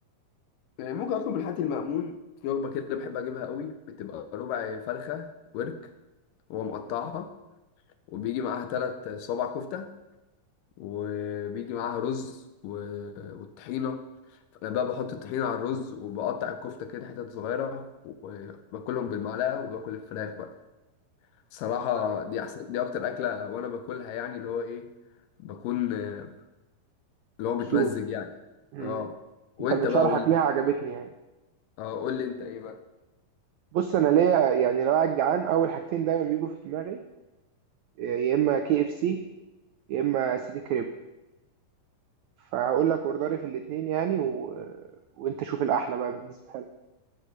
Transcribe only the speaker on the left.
يعني ممكن اطلب الحاتي المأمون في وجبه كده بحب اجيبها قوي بتبقى ربع فرخه ورك هو مقطعها
وبيجي معاها ثلاث صوابع كفته وبيجي معاها رز و... والطحينه فانا بقى بحط الطحينه على الرز وبقطع الكفته كده حتت صغيره وباكلهم بالمعلقه وباكل الفراخ بقى صراحة
دي أحسن دي أكتر أكلة وأنا باكلها يعني اللي هو إيه بكون آه، اللي
هو متمزج يعني
أه وأنت
بقى
قول لي
أه قول لي أنت إيه بقى